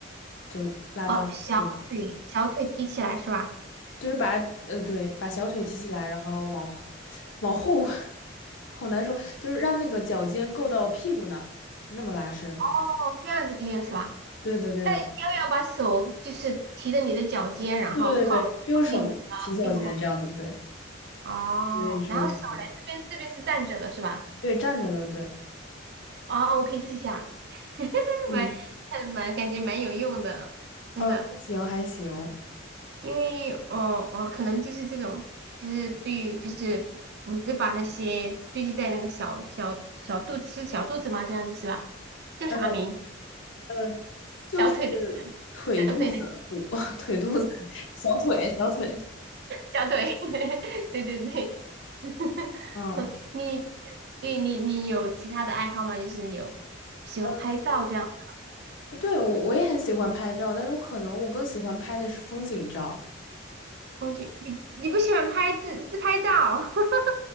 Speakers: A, on the left; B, on the right.
A: 就拉到屁股，
B: 哦，小腿小腿提起来是吧？
A: 就是把呃对，把小腿提起来，然后往后往后，<laughs> 好难说，就是让那个脚尖够到屁股那儿那么拉伸。
B: 哦，这样子可以了是吧？
A: 对的，对的，
B: 那你要不要把手就是提着你的脚尖，然后靠靠近你的屁股后面？
A: 对对对对，就用手提脚尖这样子，对，
B: 哦，
A: 对，你说的很
B: 然后手来这边，这边是站着的是吧？
A: 对，站着的，对，
B: 哦，我可以试一下，<laughs>
A: 嗯，
B: 蛮呃蛮感觉蛮有用的，真的。
A: 呃，还行还行，
B: 因为哦哦，可能就是这种，就是对于就是不会把那些堆积在那个小小小肚子是小肚子吗？这样子是吧？叫啥名？
A: 呃，呃就是
B: 小腿的那个，
A: 腿肚子，
B: 小腿那个。
A: 我 <laughs> 腿肚子，小腿，小腿，
B: 小腿，<laughs> 对对对，<laughs>
A: 嗯，
B: 你对你你有其他的爱好吗？就是有喜欢拍照这样的
A: 呃，对，我我也很喜欢拍照，但是我可能我更喜欢拍的是风景照。
B: 风景，你你不喜欢拍自自拍照，<laughs>